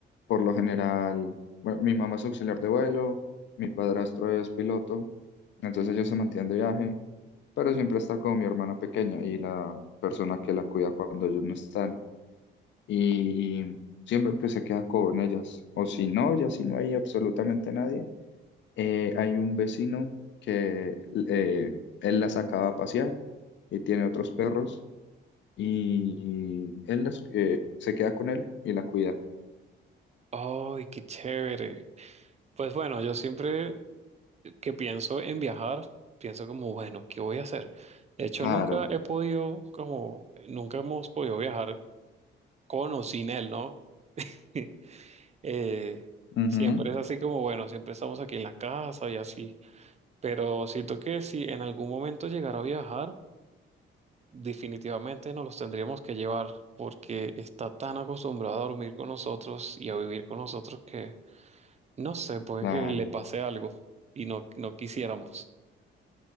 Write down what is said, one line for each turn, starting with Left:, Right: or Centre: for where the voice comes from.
Left: Por lo general, bueno, mi mamá es auxiliar de vuelo, mi padrastro es piloto, entonces ellos se mantienen de viaje, pero siempre está con mi hermana pequeña y la persona que la cuida cuando ellos no están. Y siempre pues se queda con ellas, o si no, ya si no hay absolutamente nadie eh, hay un vecino que eh, él la sacaba a pasear y tiene otros perros y él las- eh, se queda con él y la cuida.
Right: ¡Ay, qué chévere! Pues bueno, yo siempre que pienso en viajar, pienso como, bueno, ¿qué voy a hacer? De hecho,
Left: Claro.
Right: nunca he podido, como, nunca hemos podido viajar con o sin él, ¿no? <laughs> Eh,
Left: Ujú.
Right: siempre es así como, bueno, siempre estamos aquí en la casa y así, pero siento que si en algún momento llegara a viajar, definitivamente nos los tendríamos que llevar porque está tan acostumbrado a dormir con nosotros y a vivir con nosotros que, no sé, puede
Left: Claro.
Right: que le pase algo y no, no quisiéramos.